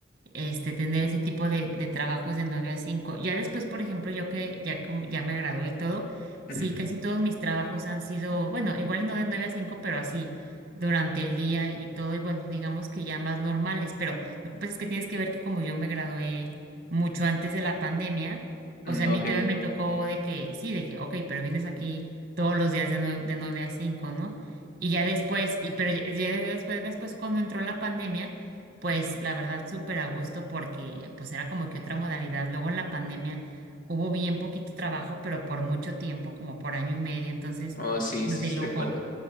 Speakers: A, on the right; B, on the left.
A: este, tener ese tipo de, de trabajos de 9 a 5. Ya después, por ejemplo, yo que ya, como, ya me gradué y todo,
B: Ujú,
A: sí, casi todos mis trabajos han sido, bueno, igual no de 9 a 5, pero así, durante el día y todo, y bueno, digamos que ya más normales, pero lo que pasa es que tienes que ver que como yo me gradué mucho antes de la pandemia,
B: mm,
A: o sea,
B: Ok.
A: a mí todavía me tocó de que, sí, de que, ok, pero vienes aquí todos los días de 9 de 9 a 5, ¿no? Y ya después, y, pero ya, ya después, después cuando entró la pandemia, pues la verdad, súper a gusto porque pues era como que otra modalidad. Luego en la pandemia hubo bien poquito trabajo, pero por mucho tiempo, como por año y medio, entonces
B: Oh, sí,
A: pues,
B: sí,
A: de
B: sí,
A: lujo.
B: recuerdo.